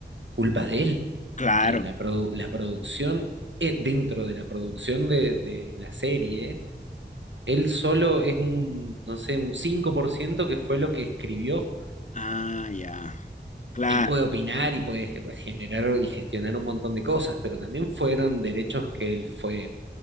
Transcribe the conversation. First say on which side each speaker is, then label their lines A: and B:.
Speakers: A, on the right; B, on the left.
A: culpa de él,
B: Claro.
A: porque la, produ- la producción, eh, dentro de la producción de, de la serie, él solo es un, no sé, un 5% que fue lo que escribió.
B: Ah, ya. Claro.
A: él puede opinar y puede generar y gestionar un montón de cosas, pero también fueron derechos que él fue